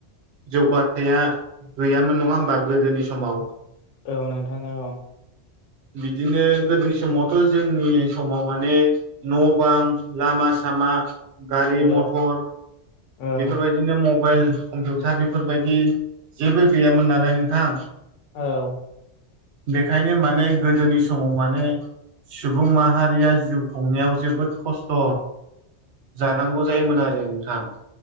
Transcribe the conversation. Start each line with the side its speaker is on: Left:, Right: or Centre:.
Right: जौगाथाया गैयामोन नङा होमबा गोदोनि समाव
Left: औ नोंथां औ
Right: बिदिनो गोदोनि समावथ' जोंनि समाव माने न' बां लामा सामा गारि
Left: औ
Right: मथर
Left: औ
Right: बेफोरबाय बिदिनो मबाइल कम्पिउटार बेफोरबायदि जेबो गैयामोन नालाय नोंथां
Left: औ
Right: बेखायनो माने गोदोनि समाव माने सुबुं माहारिया जिउ खुंनायाव जोबोद खस्थ' जानांगौ जायोमोन आरो नोंथां